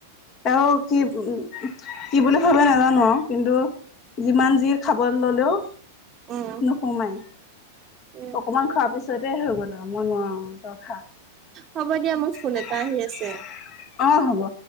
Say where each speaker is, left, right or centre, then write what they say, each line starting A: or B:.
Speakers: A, on the left; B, on the right.
A: আৰু কি উ কি বুলি ভাবে নাজানো আৰু কিন্তু। যিমান জিৰ খাব ললেও।
B: অ',
A: নোসোমাই,
B: উম,
A: অকমান খোৱাৰ পিছতে হৈ গ'ল আ মই নোৱাৰোঁ আৰু তই খা
B: হ'ব দিয়া মোৰ ফোন
A: <unintelligible>
B: এটা আহি আছে।
A: অ হব।